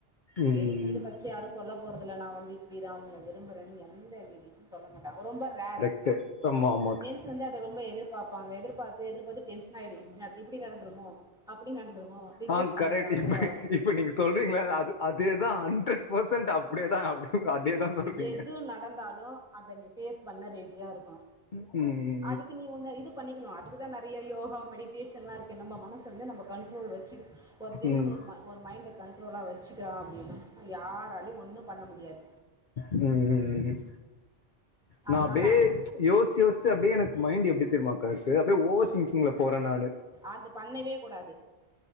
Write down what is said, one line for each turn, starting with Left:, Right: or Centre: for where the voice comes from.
Left: ம்
Centre: லேடிஸ் வந்து ஃபஸ்ட் யாரு சொல்ல போறதுல நா வந்து இப்டிதா அவுங்கள விரும்பறேன்னு எந்த லேடிஸு சொல்ல மாட்டாங்க ரொம்ப ரார்
Left: டு தமாம்
Centre: ஜென்ஸ் வந்து அத ரொம்ப எதிர்பாப்பாங்க எதிர்பாத்து எதிர்பாத்து டென்ஷனாயிடு இப்டி நடந்துருமோ அப்டி நடந்துருமோ ரிஜெக்ட்
Left: ஆ
Centre: பண்ணிடுவாங்களோ
Left: கரெக்ட் இப்ப இப்ப நீங்க சொல்றீங்கள அது அதேதா ஹண்ட்ரட் பர்சன்ட் அப்டியேதா அப்டி அதேதா சொல்றீங்க
Centre: எது நடந்தாலு அத நீ ஃபேஸ் பண்ண ரெடியா இருக்கணு
Left: ம்ஹும்
Centre: அதுக்கு நீ ஒன்ன இது பண்ணிக்கணு அதுக்குதா நெறைய யோகா மெடிடேஷன்ல்லா இருக்கே நம்ம மனச வந்து நம்ப கண்ட்ரோல் வச்சு ஒரு ஜென்ஸ்
Left: ம்
Centre: ஒரு ம ஒரு மைண்ட கண்ட்ரோலா வச்சுக்கிறா அப்டின்னா யாராலியு ஒன்னு பண்ண முடியாது
Left: ம் ம் ம் நா
Centre: அதனால
Left: அப்டே
Centre: அது ஒன்று
Left: யோஸ்ச்சு யோஸ்ச்சு அப்டே எனக்கு மைண்ட் எப்டி தெர்மாக்கா இருக்கு அப்டே ஓவர்
Centre: ம்
Left: திங்கிங்ல போற நானு
Centre: அது பண்ணவே கூடாது